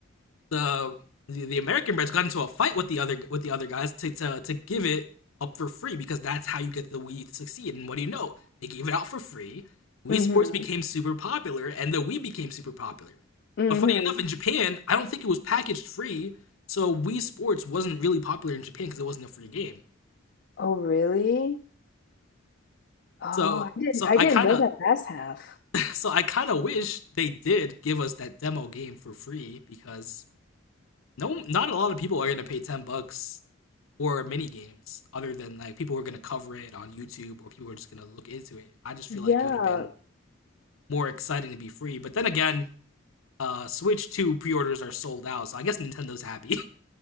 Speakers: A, on the left; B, on the left.
A: the, the the American brands got into a fight with the other with the other guys to, to to give it up for free because that's how you get the Wii to succeed. And what do you know? They gave it out for free. Wii
B: Mm-hmm.
A: Sports became super popular, and the Wii became super popular.
B: Mm-hmm.
A: But funny enough, in Japan, I don't think it was packaged free, so Wii Sports wasn't really popular in Japan because it wasn't a free game.
B: Oh, really? Oh,
A: So
B: I didn't
A: so
B: I
A: I
B: didn't
A: kind
B: know
A: of
B: that last half.
A: So I kind of wish they did give us that demo game for free because no, not a lot of people are gonna pay ten bucks for mini games other than like people who are gonna cover it on YouTube or people who are just gonna look into it. I just
B: Yeah.
A: feel like it would have been more exciting to be free. But then again, uh, Switch Two pre-orders are sold out, so I guess Nintendo's happy.